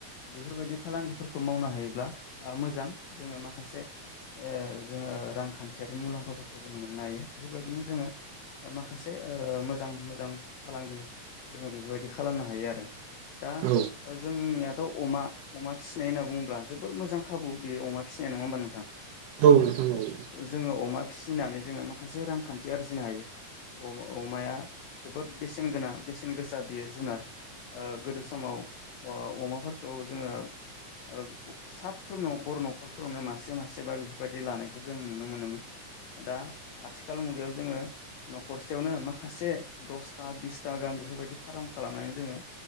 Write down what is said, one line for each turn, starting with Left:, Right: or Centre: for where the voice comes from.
Left: बेफोरबायदि फालांगिफोरखौ मावनो हायोब्ला मोजां जोङो माखासे ओ जोङो रांखानथियारि मुलामफाफोरखौ जोङो मोननो हायो बेफोरबायदिनो जोङो माखासे ओ मोजां मोजां फालांगि जोङो बेफोरबायदि खालामनो हायो आरो दा
Right: औ
Left: जोंनियाथ' अमा अमा फिसिनाय होनना बुङोब्ला जोबोर मोजां खाबु बेयो अमा फिसिनाया नङा होमबा नोंथां
Right: औ नोंथां नंगौ
Left: जोङो अमा फिसिनानै जोङो माखासे रांखान्थि आरजिनो हायो अ अमाया जोबोद बेसेनगोनां बेसेन गोसा बियो जुनार ओ गोदो समाव ओ अमाफोरखौ जोङो ओ साफ्रोमनाव बर' न'खरफोरावनो मासे मासेबा बेफोरबायदि लानायखौ जों नुनो मोनोमोन दा आथिखाल मुगायाव जोङो न'खरसेयावनो माखासे दसथा बिसथा गाहाम बेफोरबायदि फाराम खालामनानै जोङो